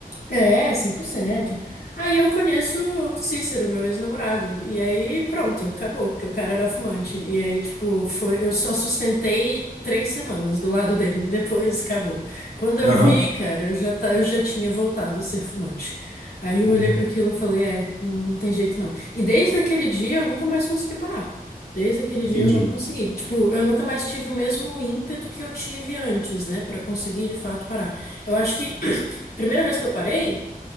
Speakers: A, on the left; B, on the right.
A: É, 100%. Aí eu conheço o Cícero, meu ex-namorado. E aí, pronto, acabou, porque o cara era fumante. E aí, tipo, foi, eu só sustentei três semanas do lado dele. <laughs> Depois acabou. Quando eu
B: Aham.
A: vi, cara, eu já, tá, eu já tinha voltado a ser fumante. Aí eu
B: Hum,
A: olhei para aquilo e falei, é, não, não tem jeito não. E desde aquele dia eu nunca mais consegui parar. Desde aquele
B: Entendi.
A: dia eu não consegui. Tipo, eu nunca mais tive o mesmo ímpeto que eu tive antes, né, Pra conseguir de fato parar. Eu acho que <clears throat> Primeira vez que eu parei,